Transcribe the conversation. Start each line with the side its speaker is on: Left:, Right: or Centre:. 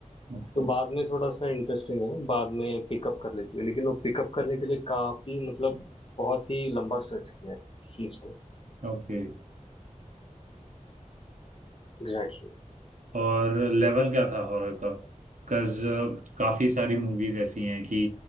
Right: ओके
Left: तो बाद में थोड़ा सा इंटरेस्टिंग है बाद में पिकअप कर लेती है लेकिन वो पिकअप करने के लिए काफी मतलब बहुत ही लंबा स्ट्रेच किया है उस चीज को
Right: ओके
Left: एग्जैक्टली
Right: और लेवल क्या था हॉरर का बिकॉज काफी सारी मूवीज ऐसी हैं कि